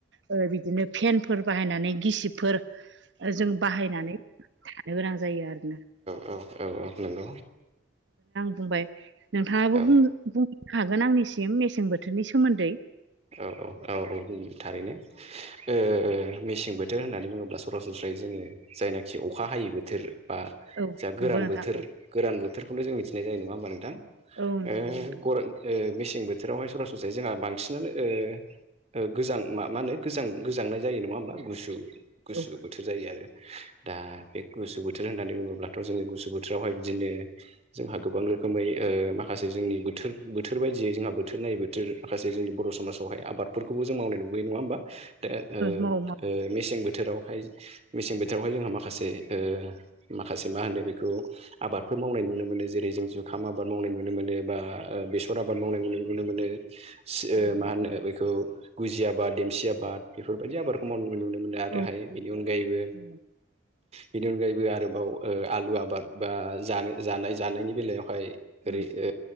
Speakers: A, on the right (about 70°); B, on the right (about 35°).
A: ओ बिदिनो फेनफोर बाहायनानै गिसिबफोर जों बाहायनानै थानो गोनां जायो आरोना।
B: औ औ औ नंगौ।
A: बाय बुंबाय नोंथाङाबो
B: औ
A: बुं
B: औ
A: बुंखागोन आंनिसिम मेसें बोथोरनि सोमोन्दै।
B: औ औ औ थारैनो ओ मेसें बोथोर होननानै बुङोब्ला सरासनस्रा ओ जोङो जायनाखि अखा हायै बोथोर बा
A: औ
B: जा गोरान
A: नंगौ नोंथां
B: बोथोर
A: औ
B: गोरान बोथोरखौनो जों मिथिनाय जायो नङा होमबा नोंथां।
A: औ नंगौ
B: ओ
A: नोंथां
B: गर मेसें बोथोरावहाय सरासनस्रै जों बांसिन बिनानै ओ गोजां मा होनो गोजां गोजां नाय जायो नङा होनबा। गुसु गुसु
A: औ
B: बोथोर जायो आरो दा बे गुसु बोथोर होननानै बुङोब्लाथ' जोंनि गुसु बोथोरावहाय बिदिनो जोंहा गोबां रोखोमै ओ माखासे जोंनि बोथोर बोथोर बायदियै जोंहा बोथोर नायै बोथोर माखासे जोंनि बर' समाजावहाय आबादफोरखौबो जों मावनाय नुबोयो नङा होमबा दा ओ
A: माव माव
B: ओ मेसें बोथोराव हाय मेसें बोथोरावहाय जोंहा माखासे ओ माखासे मा होनो बेखौ आबादफोर मावनाय नुनो मोनो जे रै जों जुखाम आबाद मावनाय नुनो मोनो बा बेसर आबाद मावनाय नुनो मोनो। सो ओ
A: नंगौ नंगौ
B: मा होनो बेखौ गुजि आबाद देमसि आबाद बेफोरबायदि आबादखौ मावनाय नुनो। मोनो आरो
A: औ
B: हायो बेनि अनगायैबो
A: नंगौ
B: बेनि अनगायैबो आरोबाव ओ आलु आबाद बा जानो जानाय जानायनि बेलायावहाय ओरै
A: उम
B: ओ